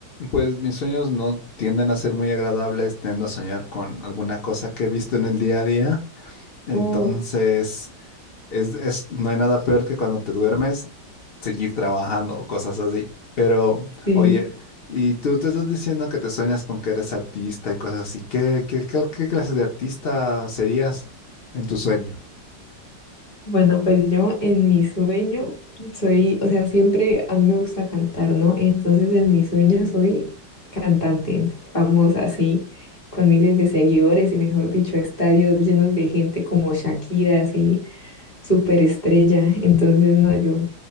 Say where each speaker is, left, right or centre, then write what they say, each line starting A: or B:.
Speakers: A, on the left; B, on the left.
A: Pues mis sueños no tienden a ser muy agradables, tiendo a soñar con alguna cosa que he visto en el día a día. Entonces,
B: Oh,
A: Es, es, no hay nada peor que cuando te duermes seguir trabajando o cosas así. Pero,
B: sí.
A: oye, y tú te estás diciendo que te sueñas con que eres artista y cosas así. ¿Qué, qué, qué, qué clase de artista serías en tu sueño?
B: Bueno, pues yo en mi sueño soy, o sea, siempre a mí me gusta cantar, ¿no? Entonces en mi sueño soy cantante famosa, así, con miles de seguidores y mejor dicho, estadios llenos de gente como Shakira, así, súper estrella. Entonces, no, yo